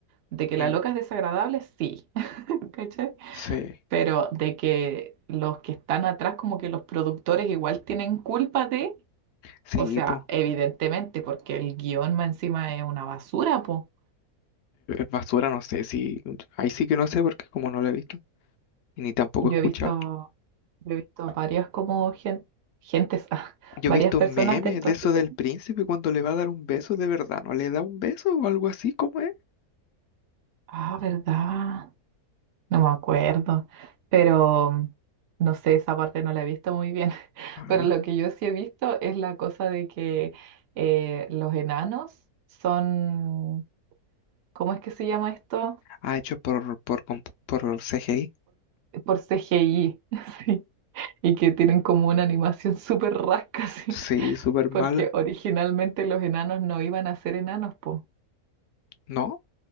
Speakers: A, on the right; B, on the left.
A: De que
B: Mm.
A: la loca es desagradable, sí. <laughs> ¿Cachai?
B: Sí,
A: Pero de que los que están atrás, como que los productores igual tienen culpa de,
B: sí,
A: o sea,
B: pues,
A: evidentemente, porque el guión más encima es una basura, po.
B: basura, no sé, sí, ahí sí que no sé porque como no la he visto y ni tampoco
A: Yo
B: he escuchado.
A: he visto, yo he visto varias como gen- gentes, <laughs> ah,
B: Yo
A: varias
B: he visto
A: personas
B: memes
A: de estos
B: de eso
A: videos.
B: del príncipe cuando le va a dar un beso de verdad, ¿no le da un beso o algo así como es?
A: Ah, ¿verdad? No me acuerdo, pero no sé, esa parte no la he visto muy bien. <laughs>
B: Ah,
A: Pero lo que yo sí he visto es la cosa de que eh, los enanos son, ¿cómo es que se llama esto?
B: ah, hecho por, por, compu- por CGI.
A: Por CGI, <laughs> sí, y que tienen como una animación súper rasca, <laughs> sí,
B: Sí, súper
A: porque
B: mala.
A: originalmente los enanos no iban a ser enanos, pues
B: ¿No?